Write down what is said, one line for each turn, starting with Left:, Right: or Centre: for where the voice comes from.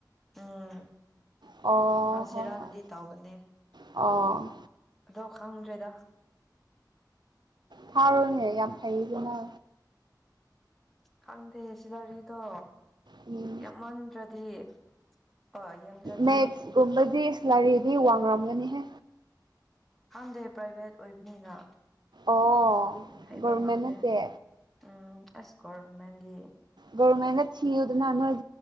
Centre: ꯎꯝ
Right: ꯑꯣ
Centre: ꯐꯁꯤꯔꯥꯅꯗꯤ
Right: ꯍꯣꯏ ꯍꯣꯏ
Centre: ꯇꯧꯕꯅꯦ
Right: ꯑꯣ
Centre: ꯑꯗꯣ ꯈꯪꯗ꯭ꯔꯦꯗꯥ
Right: ꯐꯥꯔꯨꯅꯦ ꯌꯥꯝ ꯐꯩꯗꯅ
Centre: ꯈꯪꯗꯦ ꯁꯤ ꯔꯤꯗꯣ
Right: ꯎꯝ
Centre: ꯌꯥꯝꯃꯟꯗ꯭ꯔꯗꯤ ꯍꯣꯏ ꯌꯥꯝꯗ꯭ꯔꯗꯤ
Right: ꯃꯦꯠꯁꯀꯨꯝꯕꯗꯤ ꯂꯥꯏꯔꯤꯗꯤ ꯋꯥꯡꯡꯂꯝꯒꯅꯤꯍꯦ
Centre: ꯈꯪꯗꯦ ꯄ꯭ꯔꯥꯏꯚꯦꯠ ꯑꯣꯏꯕꯅꯤꯅ
Right: ꯑꯣ
Centre: ꯍꯩꯕ
Right: ꯒꯣꯔꯃꯦꯟ
Centre: ꯉꯝꯗꯦ
Right: ꯅꯠꯇꯦ
Centre: ꯎꯝ ꯑꯁ ꯀꯣꯔꯎꯃꯦꯟꯒꯤ
Right: ꯒꯔꯃꯦꯟ ꯊꯤꯎ ꯑꯗꯨꯅ ꯅꯅꯣꯣꯏ